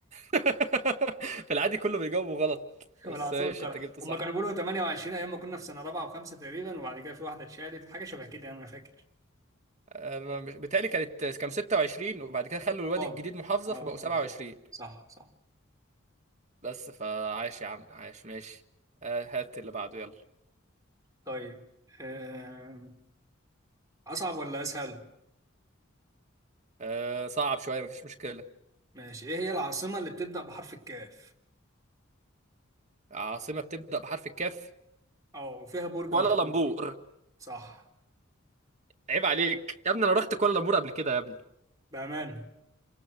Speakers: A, on the right; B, on the right.
A: <laughs> في العادي كله بيجاوبوا غلط
B: والعاصمة
A: بس ماشي
B: القاهرة
A: انت جبت
B: هم
A: صح
B: كانوا بيقولوا 28 ايام ما كنا في سنة رابعة وخمسة تقريبا وبعد كده في واحدة اتشالت حاجة شبه كده يعني، انا فاكر
A: انا مش بيتهيألي كانت كام 26 وبعد كده خلوا الوادي
B: اه
A: الجديد محافظة
B: اه
A: فبقوا 27
B: اه صح صح
A: بس فعاش يا عم عاش ماشي آه، هات اللي بعده يلا
B: طيب آم، اصعب ولا اسهل
A: آه، صعب شوية مفيش مشكلة
B: ماشي ايه هي العاصمة اللي بتبدأ بحرف الكاف
A: عاصمة بتبدأ بحرف الكاف
B: اه وفيها برج
A: كوالالمبور
B: مشهور صح
A: عيب عليك يا ابني انا رحت كوالالمبور قبل كده يا ابني
B: بأمان